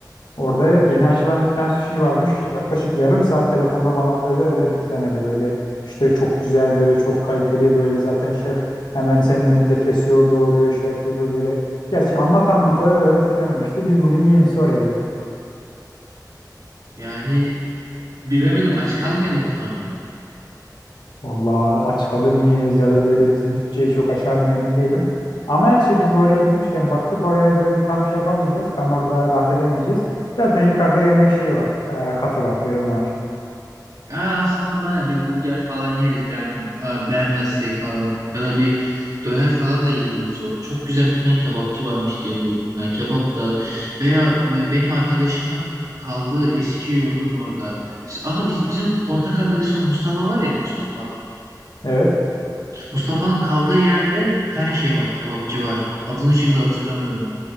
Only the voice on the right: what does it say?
Yani bilemedim aç kalmayalım sonra.
Aa, aslında oradan ya bir burger falan yeriz ben e, beğenmezsek falan ya da bir döner falan da yiyebiliriz orada. Çok güzel bir tane kebapçı varmış diye duydum. Yani kebap da veya e, benim arkadaşımın kaldığı eski yurdun orada. Aha biz bizim ortak arkadaşımız Mustafa var ya Mustafa.
Mustafa'nın kaldığı yerde bir tane şey var, kebapçı var. Adını şimdi hatırlamıyorum.